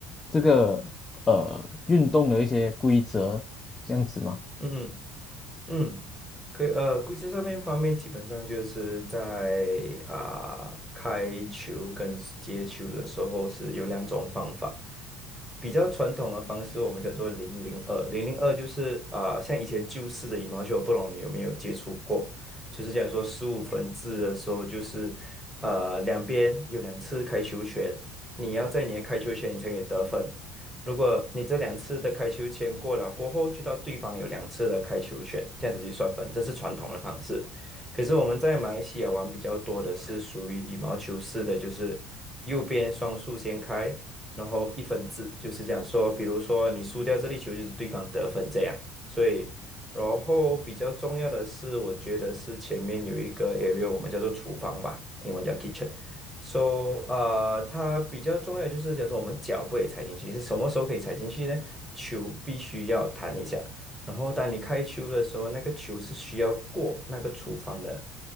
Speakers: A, on the left; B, in the centre.
A: 这个呃运动的一些规则这样子嘛？
B: 嗯嗯嗯，可以呃，规则上面方面基本上就是在啊、开球跟接球的时候是有两种方法。比较传统的方式，我们叫做零零二。零零二就是啊、像以前旧式的羽毛球，我不懂你有没有接触过？就是讲说十五分制的时候，就是呃两边有两次开球权，你要在你的开球权你才可以得分。如果你这两次的开球权过了过后，就到对方有两次的开球权，这样子去算分，这是传统的方式。可是我们在马来西亚玩比较多的是属于羽毛球式的，就是右边双数先开，然后一分制，就是讲说，比如说你输掉这粒球，就是对方得分这样。所以，然后比较重要的是，我觉得是前面有一个 area，我们叫做厨房吧，英文叫 kitchen。So，呃，它比较重要就是，假说我们脚不可以踩进去，是什么时候可以踩进去呢？球必须要弹一下，然后当你开球的时候，那个球是需要过那个厨房的